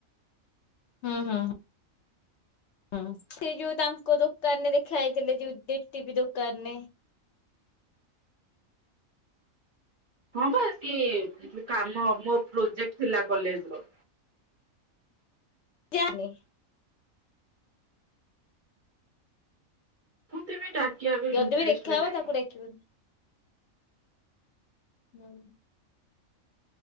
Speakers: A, on the left; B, on the right.
A: ହୁଁ ହୁଁଁ। ହଁ ସେ ଯୋଉ ତାଙ୍କ ଦୋକାନରେ ଦେଖା ହେଇଥିଲେ ଯୋଉ ଦୋକାନ ରେ
B: ହଁ ବାାଇ କାମ ମୋ ପ୍ରୋଜେକ୍ଟ ଥିଲା କଲେଜରେ
A: ଜାଣିନି।
B: ମତେ ବି ଡାକିବା ବି
A: ଯଦି
B: ଇଣ୍ଟରେଷ୍ଟ
A: ବିି ଦେଖାହବ
B: ବି ନାହିଁ
A: ତାକୁ ଡାକିବନି। ହୁଁ।